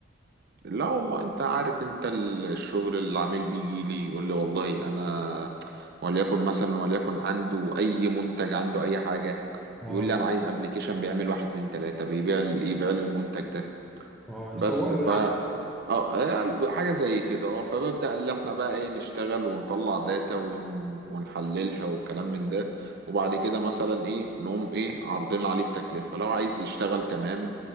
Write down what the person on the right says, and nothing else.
لا والله انت عارف انت الشغل العميل بيجي لي يقول لي والله انا وليكن مثلا وليكن عنده اي منتج عنده اي حاجه
بيقول لي انا عايز ابلكيشن بيعمل واحد اتنين تلاته بيبيع ال- يبيع لي المنتج ده
بس
ف
اه آه، حاجة زي كده اه فببدأ اللي احنا بقى ايه نشتغل ونطلع داتا ون... ونحللها والكلام من ده وبعد كده مثلا ايه نقوم ايه عارضين عليه التكلفة لو عايز يشتغل تمام